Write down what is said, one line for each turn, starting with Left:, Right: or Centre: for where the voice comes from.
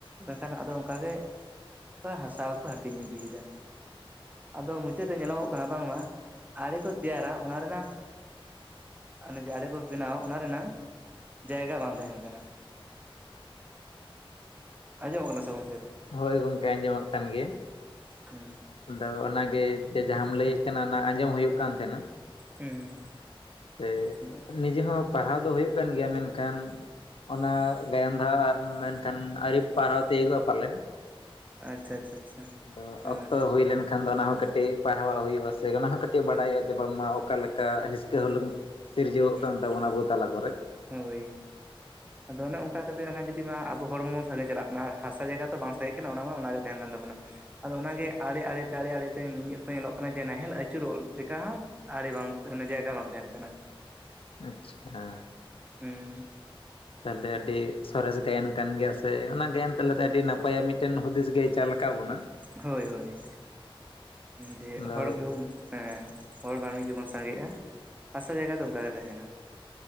Right: ᱢᱮᱱᱠᱷᱟᱱ ᱟᱫᱚ ᱚᱝᱠᱟᱜᱮ ᱦᱟᱥᱟ ᱠᱚᱠᱚ ᱦᱟᱹᱴᱤᱧ ᱤᱫᱤᱭᱮᱫᱟ ᱟᱫᱚ ᱢᱩᱪᱟᱹᱫ ᱨᱮ ᱧᱮᱞᱚᱜᱚᱜ ᱠᱟᱱᱟ ᱵᱟᱝᱢᱟ ᱟᱲᱮ ᱠᱚ ᱛᱮᱭᱟᱨᱟ ᱚᱱᱟ ᱨᱮᱱᱟᱝ ᱟᱱᱮ ᱡᱟᱲᱮ ᱠᱚ ᱵᱮᱱᱟᱣᱟ ᱚᱱᱟ ᱨᱮᱱᱟᱝ ᱡᱟᱭᱜᱟ ᱵᱟᱝ ᱛᱟᱦᱮᱱ ᱠᱟᱱᱟ ᱟᱸᱡᱚᱢᱚᱜ ᱠᱟᱱᱟ ᱥᱮ ᱜᱚᱝᱠᱮ
Left: ᱦᱳᱭ ᱜᱚᱝᱠᱮ ᱟᱸᱡᱚᱢᱚᱜ ᱠᱟᱱ ᱜᱮᱭᱟ
Right: ᱦᱩᱸ
Left: ᱟᱫᱚ ᱚᱱᱟᱜᱮ ᱡᱮ ᱡᱟᱦᱟᱸᱢ ᱞᱟᱹᱭᱮᱫ ᱠᱟᱱᱟ ᱚᱱᱟ ᱟᱸᱡᱚᱢ ᱦᱩᱭᱩᱜ ᱠᱟᱱ ᱛᱟᱦᱮᱱᱟ
Right: ᱦᱩᱸ
Left: ᱥᱮ
Right: ᱦᱩᱸ
Left: ᱱᱤᱡᱮ ᱦᱚᱸ ᱯᱟᱲᱦᱟᱣ ᱫᱚ ᱦᱩᱭᱩᱜ ᱠᱟᱱ ᱜᱮᱭᱟ ᱢᱮᱱᱠᱷᱟᱱ ᱚᱱᱟ ᱜᱟᱭᱟᱱ ᱫᱷᱟᱣᱟᱜ ᱢᱮᱱᱠᱷᱟᱱ ᱟᱹᱨᱤ ᱯᱟᱨᱦᱟᱣ ᱛᱤᱭᱳᱚᱜᱼᱟ ᱯᱟᱞᱮᱱ
Right: ᱟᱪᱪᱷᱟ ᱟᱪᱪᱷᱟ
Left: ᱟᱫᱚ
Right: ᱦᱮᱸ
Left: ᱚᱠᱛᱚ ᱦᱩᱭ ᱞᱮᱱᱠᱷᱟᱱ ᱫᱚ ᱚᱱᱟ ᱦᱚᱸ ᱠᱟᱹᱴᱤᱡ ᱯᱟᱲᱦᱟᱣᱟᱜ ᱦᱩᱭᱩᱜᱼᱟ ᱥᱮ ᱚᱱᱟ ᱦᱚᱸ ᱠᱟᱹᱴᱤᱡ ᱵᱟᱰᱟᱭᱚᱜᱼᱟ
Right: ᱦᱮᱸ
Left: ᱡᱮ ᱵᱟᱝᱢᱟ ᱚᱠᱟ ᱞᱮᱠᱟ ᱦᱤᱥᱠᱟᱹ ᱦᱩᱞᱩᱝ ᱥᱤᱨᱡᱟᱹᱣᱚᱜ
Right: ᱦᱮᱸ
Left: ᱠᱟᱱ ᱛᱟᱵᱚᱱᱟ ᱟᱵᱚ ᱛᱟᱞᱟ ᱠᱚᱨᱮ
Right: ᱦᱳᱭ ᱟᱫᱚ ᱚᱱᱮ ᱚᱱᱠᱟ ᱠᱷᱟᱛᱤᱨ ᱚᱱᱮ ᱡᱩᱫᱤ ᱢᱟ ᱟᱵᱚ ᱦᱚᱲᱢᱚ ᱵᱚᱱ ᱥᱟᱸᱜᱮᱪᱟᱞᱟᱜ ᱠᱟᱱᱟ ᱦᱟᱥᱟ ᱡᱟᱭᱜᱟ ᱛᱚ ᱵᱟᱝ ᱥᱟᱸᱜᱮᱜ ᱠᱟᱱᱟ ᱚᱱᱟ ᱢᱟ ᱚᱱᱟᱜᱮ ᱛᱟᱦᱮᱸᱱ ᱠᱟᱱ ᱛᱟᱵᱚᱱᱟ ᱟᱫᱚ ᱚᱱᱟᱜᱮ ᱟᱲᱮ ᱟᱲᱮᱛᱮ ᱟᱲᱮ ᱟᱲᱮᱛᱮ ᱢᱤᱫ ᱚᱛᱚ ᱧᱮᱞᱚᱜ ᱠᱟᱱᱟ ᱡᱮ ᱱᱟᱦᱮᱞ ᱟᱹᱪᱩᱨᱚᱜ ᱞᱮᱠᱟ ᱦᱚᱸ ᱟᱨᱮ ᱵᱟᱝ ᱢᱟᱱᱮ ᱡᱟᱭᱜᱟ ᱵᱟᱝ ᱛᱟᱦᱮᱱ ᱠᱟᱱᱟ
Left: ᱟᱪᱪᱷᱟ
Right: ᱦᱩᱸ
Left: ᱛᱟᱦᱚᱞᱮ ᱟᱹᱰᱤ ᱥᱚᱨᱮᱥ ᱜᱟᱭᱟᱱ ᱠᱟᱱ ᱜᱮᱭᱟ ᱥᱮ ᱚᱱᱟ ᱛᱮᱱ ᱛᱟᱞᱟᱛᱮ ᱟᱹᱰᱤ ᱱᱟᱯᱟᱭ ᱢᱤᱫᱴᱮᱱ ᱦᱩᱫᱤᱥ ᱜᱮᱭ ᱪᱟᱞ ᱟᱠᱟᱫ ᱵᱚᱱᱟ
Right: ᱦᱳᱭ ᱦᱳᱭ ᱡᱮ
Left: ᱟᱫᱚ
Right: ᱦᱚᱲ ᱜᱮᱵᱚᱱ ᱦᱚᱲ ᱢᱟᱱᱢᱤ ᱜᱮᱵᱚᱱ ᱥᱟᱸᱜᱮᱜᱼᱟ ᱦᱟᱥᱟ ᱡᱟᱭᱜᱟ ᱫᱚ ᱚᱱᱠᱟ ᱜᱮ ᱛᱟᱦᱮᱸᱱᱟ